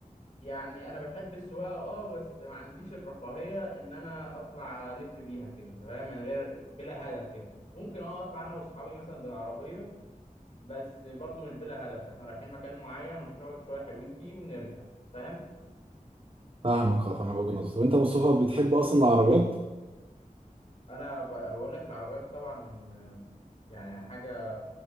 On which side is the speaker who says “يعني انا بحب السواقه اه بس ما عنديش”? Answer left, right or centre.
Left